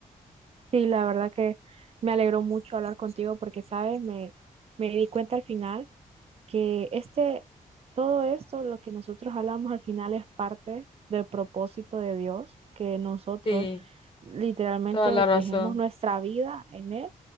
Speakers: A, on the right (about 45°); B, on the left (about 35°).
A: Sí, la verdad que me alegró mucho hablar contigo porque, ¿sabes? Me, me di cuenta al final que este, todo esto, lo que nosotros hablamos al final es parte del propósito de Dios, que nosotros
B: Sí,
A: literalmente
B: toda la razón.
A: dejemos nuestra vida en Él